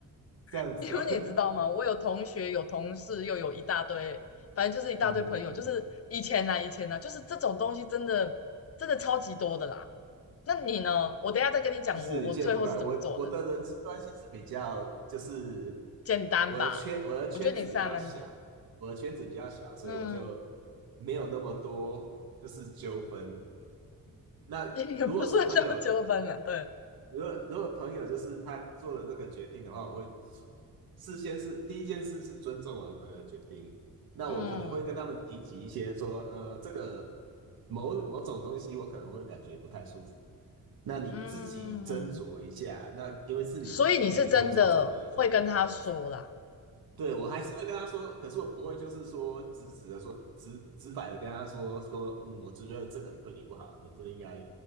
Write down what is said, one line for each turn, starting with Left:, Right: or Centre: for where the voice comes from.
Right: 这样子啊，
Left: <laughs> 因为你知道吗？
Right: <laughs>
Left: 我有同学，有同事，又有一大堆，反正就是一大堆朋友，
Right: 嗯嗯。
Left: 就是以前啦，
Right: 嗯
Left: 以前啦，就是这种东西真的真的超级多的啦。那你呢？我等一下再跟你讲我我最后是怎么做的。
Right: 就是见不怪我，我的人际关系是比较，就是
Left: 简单吧？
Right: 我的圈我的圈子比较小，
Left: 我觉得你是还蛮简，
Right: 我的圈子比较小，所以我就
Left: 嗯，
Right: 没有那么多就是纠纷。那如果是朋友
Left: 也不算到纠纷了，对，
Right: 如果如果朋友就是他做了这个决定的话，我会事先是第一件事是尊重我的朋友的决定。那我可能会跟他们提起一些说，
Left: 嗯
Right: 呃，这个某某种东西我可能会感觉不太舒服，那你自己斟酌一下。
Left: 嗯，
Right: 那因为是你的决定，
Left: 所以你是真的会跟他说啦，
Right: 我会尊重你的决定，这样子。对，我还是会跟他说，可是我不会就是说直直的说直直白的跟他说说，嗯，我只觉得这个人对你不好，你不应该